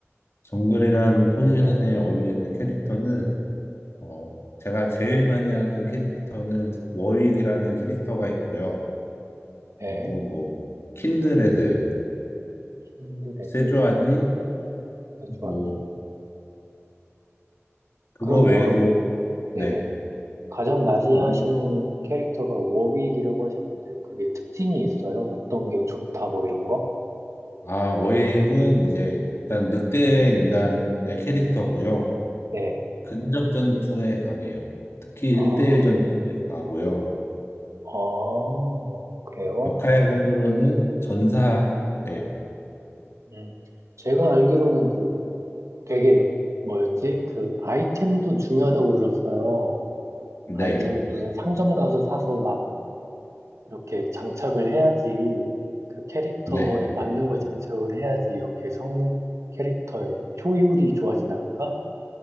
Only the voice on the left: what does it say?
정글이라는 포지션에 어울리는 캐릭터는 어, 제가 제일 많이 하는 캐릭터는 워윅이라는 캐릭터가 있고요.
그리고 뭐 킨드레드,
세조아니
뭐 그거
외에도
네.
어,
아, 워익은 이제 일단 늑대 인간의 캐릭터고요.
근접 전투에 강해요. 특히 일대일
전투에 강하고요.
역할군으로는 전사예요.
네,
네.